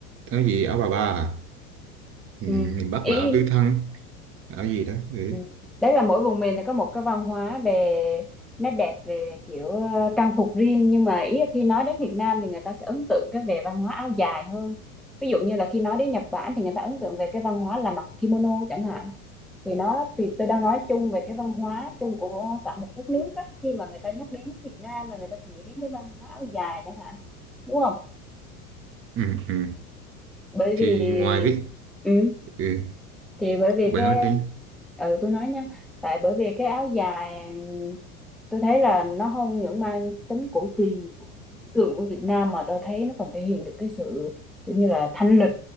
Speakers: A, on the right; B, in the centre.
A: áo gì áo bà ba à? ừ,
B: ừ.
A: miền Bắc
B: ý
A: là áo tứ thân áo gì đó ừ.
B: ừ. đấy là mỗi vùng miền thì có một cái văn hóa về nét đẹp về kiểu ờ, trang phục riêng nhưng mà ý là khi nói đến Việt Nam thì người ta sẽ ấn tượng cái về văn hóa áo dài hơn ví dụ như là khi nói đến Nhật Bản thì người ta ấn tượng về cái văn hóa là mặc kimono chẳng hạn thì nó thì tôi đang nói chung về cái văn hóa chung của cả một đất nước á khi mà người ta nhắc đến Việt Nam là người ta sẽ nghĩ đến cái văn hóa áo dài chẳng hạn đúng không
A: Ừ, ừ.
B: bởi
A: thì
B: vì
A: ngoài cái
B: ừ,
A: ừ,
B: thì bởi vì
A: bà
B: cái
A: nói đi
B: ừ tôi nói nha tại bởi vì cái áo dài tôi thấy là nó không những mang tính cổ truyền tượng của Việt Nam mà tôi thấy nó còn thể hiện được cái sự kiểu như là thanh lịch